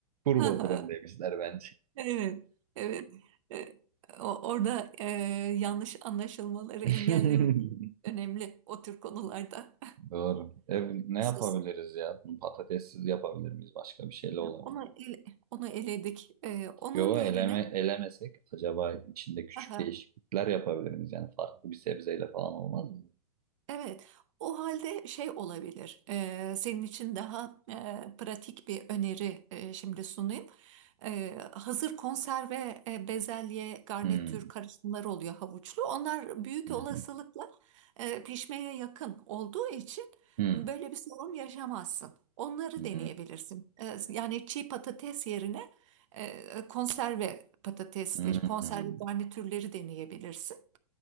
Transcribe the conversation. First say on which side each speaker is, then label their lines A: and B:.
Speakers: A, on the right; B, on the right.
A: Turbo
B: <laughs>
A: fırın demişler
B: <laughs>
A: bence.
B: Evet, evet. E, o- orada e, yanlış anlaşılmaları
A: <laughs>
B: engellemek önemli o tür konularda.
A: Doğru. E, ne
B: Sus.
A: yapabiliriz ya? Bunu Patatessiz yapabilir miyiz? Başka bir şeyle olabilir
B: Onu
A: mi?
B: ele- onu eledik. E, onun
A: Yo
B: yerine
A: eleme, elemesek acaba içinde küçük
B: <laughs>
A: değişiklikler yapabilir miyiz? Yani farklı bir sebzeyle falan olmaz mı?
B: Evet, o halde şey olabilir. e, senin için daha e, pratik bir öneri e, şimdi sunayım. E, hazır konserve e, bezelye, garnitür
A: Hmm,
B: karışımları oluyor havuçlu. Onlar büyük
A: hı
B: olasılıkla
A: hı,
B: e, pişmeye yakın olduğu için
A: hı,
B: böyle bir sorun yaşamazsın. Onları
A: hı,
B: deneyebilirsin. E, yani çiğ patates yerine e, konserve patatesleri,
A: hı,
B: konserve
A: hı.
B: garnitürleri deneyebilirsin.